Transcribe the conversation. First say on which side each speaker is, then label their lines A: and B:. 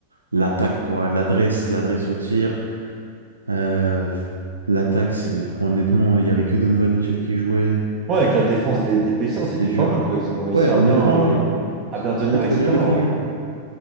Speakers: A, on the right; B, on the right.
A: l'attaque, quoi. L'adresse, l'adresse au tir. Euh, l'attaque, c'est honnêtement, il y avait que Donovan Mitchell qui jouait.
B: Ouais, avec la défense des, des Pacers,
A: C'était
B: c'était
A: dur.
B: pas mal, quoi. Ils ont réussi
A: Ouais,
B: à
A: honnêtement,
B: bien,
A: oui.
B: euh, à
A: Ils
B: bien
A: ont
B: tenir,
A: Trop, trop
B: etc.
A: bien défendu.
B: Ouais.